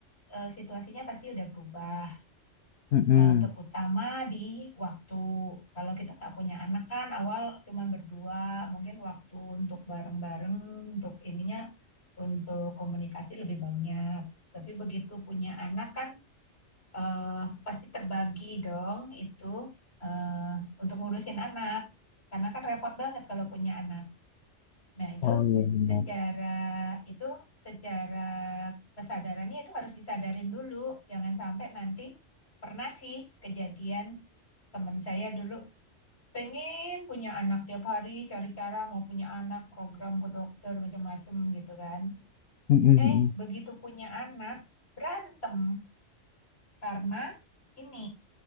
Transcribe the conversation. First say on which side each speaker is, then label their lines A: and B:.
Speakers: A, on the left; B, on the left.
A: eh, situasinya pasti udah berubah,
B: Mm-mm.
A: Eh, terutama di waktu. Kalau kita nggak punya anak kan awal cuman berdua, mungkin waktu untuk bareng-bareng, untuk ininya, untuk komunikasi lebih banyak. Tapi begitu punya anak kan eh, pasti terbagi dong itu eh, untuk ngurusin anak. Karena kan repot banget kalau punya anak. Nah, itu
B: Oh iya benar.
A: secara itu secara kesadarannya itu harus disadarin dulu. Jangan sampai nanti pernah sih kejadian teman saya dulu pengen punya anak tiap hari cari cara mau punya anak program ke dokter macam-macam gitu kan
B: Mm-mm. mm-mm.
A: eh begitu punya anak berantem karena ini